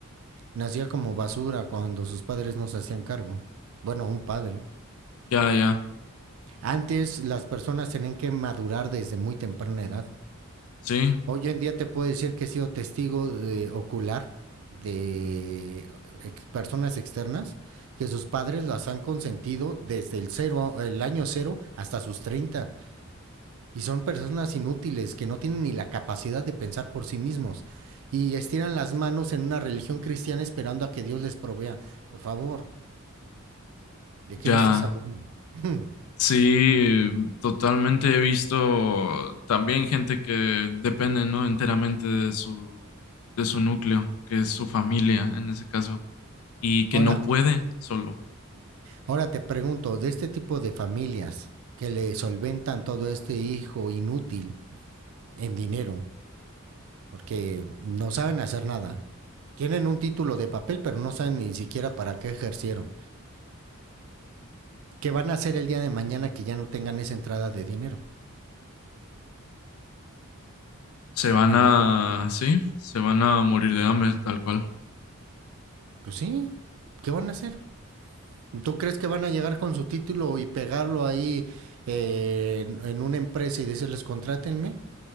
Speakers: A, on the right; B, on the left.
A: nacía como basura cuando sus padres no se hacían cargo. Bueno, un padre.
B: Ya, ya,
A: Antes las personas tenían que madurar desde muy temprana edad.
B: sí,
A: Hoy en día te puedo decir que he sido testigo de, ocular de ex- personas externas que sus padres las han consentido desde el cero, el año cero hasta sus 30 y son personas inútiles que no tienen ni la capacidad de pensar por sí mismos y estiran las manos en una religión cristiana esperando a que Dios les provea. Por favor, ¿de qué
B: ya,
A: me estás hablando? <laughs>
B: sí, totalmente he visto también gente que depende, ¿no? Enteramente de su, de su núcleo, que es su familia en ese caso, y que
A: Ahora,
B: no puede solo.
A: ahora te pregunto, de este tipo de familias que le solventan todo este hijo inútil, en dinero, porque no saben hacer nada. Tienen un título de papel, pero no saben ni siquiera para qué ejercieron. ¿Qué van a hacer el día de mañana que ya no tengan esa entrada de dinero?
B: Se van
A: Dime
B: a,
A: tú.
B: sí, se van a morir de hambre, tal cual.
A: Pues sí, ¿qué van a hacer? ¿Tú crees que van a llegar con su título y pegarlo ahí eh, en, una empresa y decirles contrátenme?